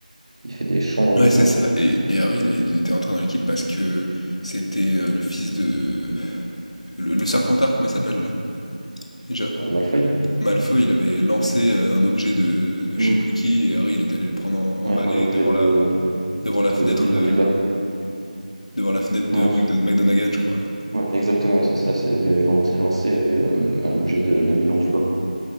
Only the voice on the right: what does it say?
Il fait des chants,
euh, enfin
des
euh, Malfoy?
Hmm.
Ouais,
un objet
de,
de Neville
londubat
Ouais,
je-
ouais, exactement, ouais, c'est ça. C'est, il avait lancé, lancé, euh, un objet de Neville londubat